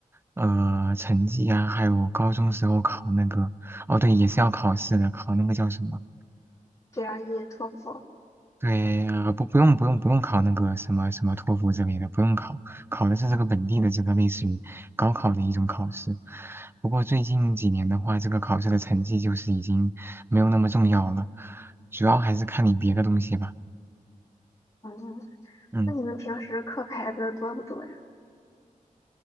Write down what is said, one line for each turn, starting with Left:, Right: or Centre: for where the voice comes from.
Right: 呃成绩啊，还有高中时候考那个，哦对，也是要考试的，考那个叫什么？
Left: ，GRE、托福。
Right: 对，呃，不，不用，不用，不用考那个什么什么托福之类的，不用考，考的是这个本地的这个类似于高考的一种考试。不过最近几年的话，这个考试的成绩就是已经没有那么重要了，主要还是看你别的东西吧。
Left: 嗯，
Right: 嗯，
Left: 那你们平时课排的多不多呀？